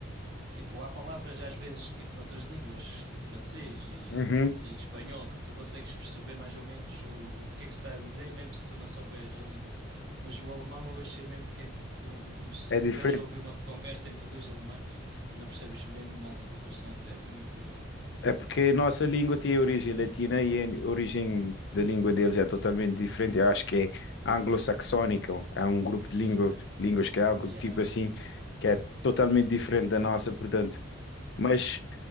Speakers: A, on the right (about 55°); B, on the left (about 55°).
A: Tipo, há palavras às vezes, tipo, noutras línguas, tipo francês e,
B: Uhum.
A: e em espanhol, que tu consegues perceber mais ou menos o, o que é que se está a dizer, mesmo se tu não souberes a língua. Mas o alemão eu achei mesmo que é tipo, se tu
B: É diferente.
A: tiveres a ouvir uma conversa entre dois alemães, tu não percebes mesmo nada do que eles estão a dizer, é muito diferente.
B: É porque a nossa língua tem origem latina e a origem da língua deles é totalmente diferente. Eu acho que é anglo-saxónica, é um grupo de língua,
A: E
B: línguas que é algo
A: Yeah.
B: tipo assim, que é totalmente diferente da nossa, portanto. Mas,